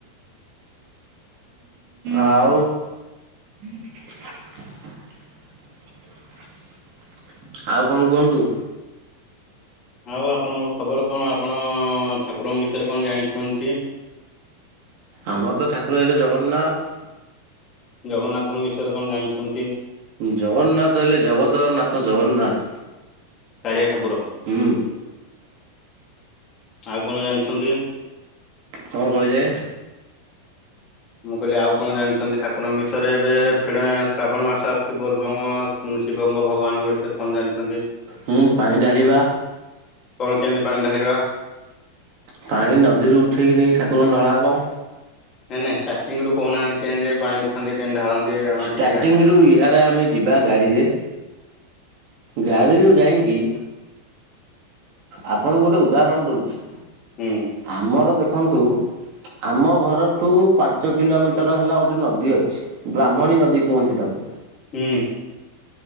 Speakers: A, on the right (about 35°); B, on the left (about 20°).
A: ଆଉ। ହୁ ଆଉ କଣ କୁହନ୍ତୁ?
B: ଆଉ ଆପଣଙ୍କ ଖବର କଣ? ଆପଣ ଠାକୁରଙ୍କ ବିଷୟରେ କଣ ଜାଣିଛନ୍ତି?
A: ଆମର ତ ଠାକୁର ହେଲେ ଜଗନ୍ନାଥ।
B: ଜଗନ୍ନାଥଙ୍କ ବିଷୟରେ କଣ ଜାଣିଛନ୍ତି?
A: ଜଗନ୍ନାଥ ହେଲେ ଜଗତର ନାଥ ଜଗନ୍ନାଥ।
B: କାଳିଆ ଠାକୁର।
A: ହୁଁ।
B: ଆଉ କଣ ଜାଣିଛନ୍ତି?
A: କଣ କହିଲେ?
B: ମୁଁ କହିଲି ଆଉ କଣ ଜାଣିଛନ୍ତି ଠାକୁରଙ୍କ ବିଷୟରେ ଏବେ ଏଇ କ୍ଷିଣା ଶ୍ରାବଣ ମାସ ଆସୁଛି ବୋଲବ ଶିବଙ୍କ ଭଗବାନଙ୍କ ବିଷୟରେ କଣ ଜାଣିଛନ୍ତି?
A: ମୁଁ ପାଣି ଢାଳିବା।
B: କଣ କେମିତି ପାଣି ଢାଳିବା?
A: ପାଣି ନଦୀରୁ ଉଠେଇକି ନେଇକି ଠାକୁରଙ୍କୁ ଢଳା ହବ।
B: ନାଇଁ ନାଇଁ ଷ୍ଟାର୍ଟିଂ ରୁ କହୁନାହାନ୍ତି କେମତି ପାଣି ଉଠାନ୍ତି କେମିତି ଢାଳନ୍ତି? ଆମେ
A: ଷ୍ଟାର୍ଟିଂରୁ
B: ଟିକେ ଜା
A: ଇଆଡ଼େ ଆମେ ଯିବା ଗାଡ଼ିରେ ଗାଡ଼ିରୁ ଯାଇଁକି ଆପଣଙ୍କୁ ଗୋଟେ ଉଦାହରଣ ଦଉଛି
B: ହୁଁ
A: ଆମର ଦେଖ ଦେଖନ୍ତୁ ଆମ ଘରଠୁ ପାଞ୍ଚ କିଲୋମିଟର ହେଲା ଗୋଟିଏ ନଦୀ ଅଛି। ବ୍ରାହ୍ମଣୀ ନଦୀ କୁହନ୍ତି ତାକୁ।
B: ହୁଁ